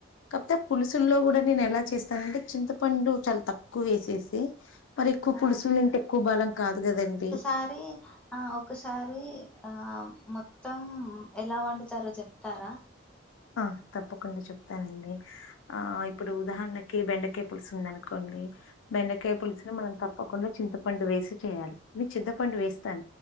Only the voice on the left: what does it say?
కాకపోతే పులుసుల్లో కూడా నేను ఎలా చేస్తానంటే చింతపండు చాలా తక్కువేసేసి మరి ఎక్కువ
పులుసులుంటే ఎక్కువ బలం కాదు కదండి
ఆ తప్పకుండా చెప్తానండి. ఆ ఇప్పుడు ఉదాహర్ణకి బెండకాయ పులుసు ఉంది అనుకోండి బెండకాయ పులుసు ని మనం తప్ప. తప్పకుండా చింతపండు వేసి చేయాలి మీరు చింతపండు వేస్తార.